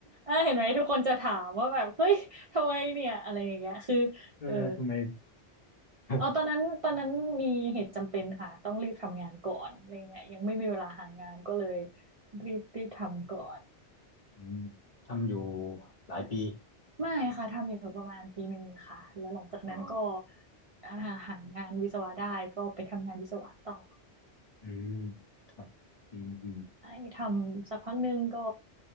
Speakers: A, on the right (about 50°); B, on the left (about 45°).
A: อ่าเห็นไหมทุกคนจะถามว่าแบบเฮ้ยทำไมเนี่ยอะไรอย่างเงี้ยคือ
B: เออทำไม
A: เออ
B: <laughs>
A: เออตอนนั้นตอนนั้นมีเหตุจำเป็นค่ะต้องรีบทำงานก่อนอะไรเงี้ยยังไม่มีเวลาหางานก็เลยรีบรีบทำก่อน
B: อืมทำอยู่หลายปี
A: ไม่ค่ะ ทำอยู่ประมาณปีหนึ่งค่ะแล้วหลังจากนั้นก็
B: อ๋อ
A: อ่าหางานวิศวะได้ก็ไปทำงานวิศวะต่อ
B: อืมครับอืมอืม
A: ไอ้ทำสักพักหนึ่งก็